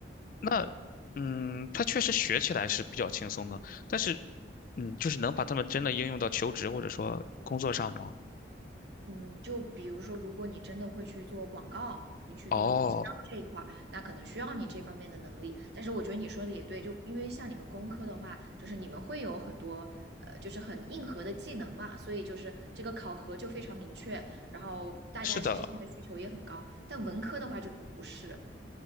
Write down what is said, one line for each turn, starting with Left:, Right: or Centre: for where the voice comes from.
Left: 那，嗯，他确实学起来是比较轻松的，但是，嗯，就是能把他们真的应用到求职或者说工作上吗？
Right: 嗯，就比如说，如果你真的会去做广告，你去做营销这一块儿，
Left: 哦，
Right: 那可能需要你这方面的能力。但是我觉得你说的也对，就因为像你们工科的话，就是你们会有很多呃，就是很硬核的技能嘛，所以就是这个考核就非常明确，然后大家其实现在需求也很高。
Left: 是的，
Right: 但文科的话就不是，